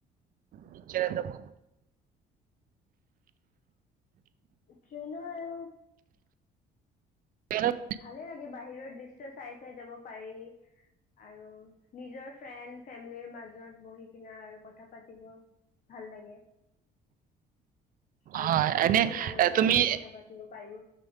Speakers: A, on the right (about 55°); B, on the left (about 50°).
A: নিতে প
B: ট্ৰেইনৰ আৰু
A: ট্ৰেইনত
B: ভালে লাগে বাহিৰৰ দৃশ্য় চাই চাই যাব পাৰি আৰু নিজৰ, ফ্ৰেণ্ড ফেমিলিৰ মাজত বহি কিনা আৰু কথা পাতিব ভাল লাগে। অ' আৰু
A: হয়
B: অচিনাকি
A: এনে
B: মানুহৰ
A: এ,
B: লগতো
A: তুমি
B: কথা পাতিব পাৰি।